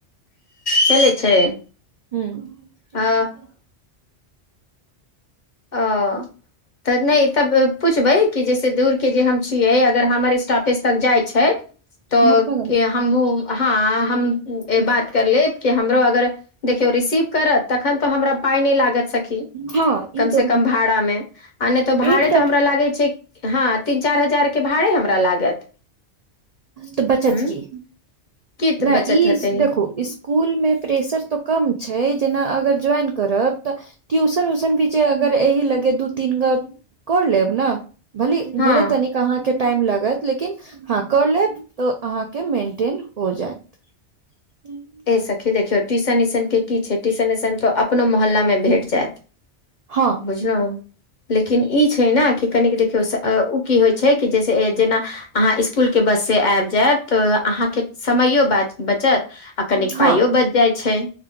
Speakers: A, on the left; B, on the right.
A: चलै छै
B: ह्म
A: ओ
B: <unintelligible>
A: ओ तऽ नहि तब पूछबै कि जैसे दूर हम छियै अगर हमर स्टाफ तक जाइ छै तऽ
B: महात्मा
A: हमू हँ हमू
B: गाँधी
A: बात कर ले कि हमरो अगर देखियौ रिसीव करत तखन तऽ हमरा पाइ नहि लागत सखी
B: हँ ई
A: कम
B: तो
A: से कम भाड़ा मे आ नहि तऽ भाड़े
B: एकटा
A: तऽ हमरा लागे छै हँ तीन चारि हजारके भाड़े हमरा लागत
B: तऽ बचत
A: उं
B: की
A: की
B: नहि
A: बचत
B: ई
A: होतै
B: देखू इ स्कूल मे प्रेशर तऽ कम छै जेना अगर ज्वाइन करब तऽ ट्यूशन उशन भी जे अगर एहि लगे दू तीन गो कर लेब ने भले
A: हँ
B: भले तनिक अहाँके टाइम लागत लेकिन हँ कर लेब तऽ अहाँके मेन्टेन हो जायत ह <inaudible>
A: ए सखी देखियौ टीशन इसन के की छै टीशन तो अपनो मोहल्ला मे भेट जायत
B: हँ
A: बुझलहुँ लेकिन ई छै ने कि कनिक देखियौ से ओ की होइ छै कि जैसे जेना अहाँ स्कूल के बस से आबि जायब तऽ अहाँके समयो बचत आ कनिक
B: हँ
A: पाइयो बचि जाइत छै